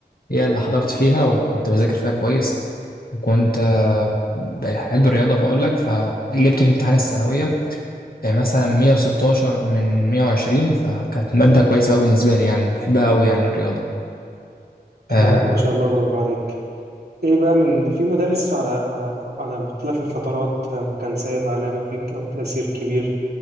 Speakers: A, on the left; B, on the right.
A: هي اللي حضرت فيها وكنت بذاكر فيها كويس وكنت آه، بحب الرياضة فأقول لك فجبت في امتحان الثانوية آه، مثلا 116 من 120 فكانت مادة كويسة أوي بالنسبة لي يعني بحبها أوي يعني الرياضة آه،
B: آه لا ما شاء الله برافو عليك ايه بقى من في مدرس على على على مختلف الفترات آه، كان سايب علامة فيك او تأثير كبير